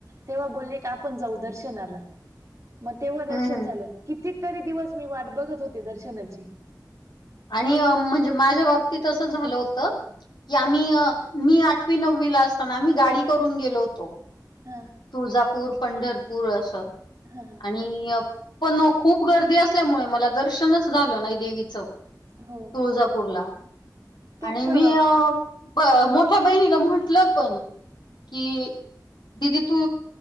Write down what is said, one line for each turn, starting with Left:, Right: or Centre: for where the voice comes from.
Right: तेव्हा बोलले का आपण जाऊ दर्शनाला मग तेव्हा
Left: हम्म
Right: झाल
Left: हम्म.
Right: किती तरी दिवस मी वाट बघत होते दर्शनाची.
Left: आणि म्हणजे माझ्या बाबतीत असं झालं होतं. की आम्ही मी आठवी नववी ला असताना आम्ही गाडी करून गेलो होतो.
Right: हा.
Left: तुळजापूर पंढरपूर असं
Right: हा हा
Left: आणि पण खूप गर्दी असल्यामुळे मला दर्शनच झालं नाही देवीचं.
Right: हो.
Left: तुजापूरला
Right: ते
Left: आणि
Right: क
Left: मी ब- मोठ्या बहिणीला म्हटलं पण कि दिदी तू